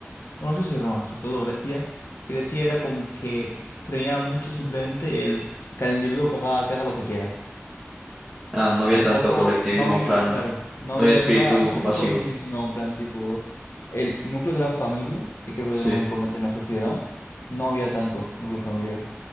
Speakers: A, on the left; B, on the right.
A: Bueno, no sé si Roma, sobre todo Grecia. Grecia era como que premiaba mucho simplemente el que el individuo que haga, que haga lo que quiera.
B: Ah, no había
A: Tampoco,
B: tanto colectivismo,
A: no vi,
B: en plan,
A: claro, no
B: no
A: había,
B: había espíritu
A: no era, no es
B: compasivo.
A: que Colting, sino en plan tipo el núcleo de la familia, que creo que
B: Sí.
A: es lo más importante en una sociedad, no había tanto núcleo familiar.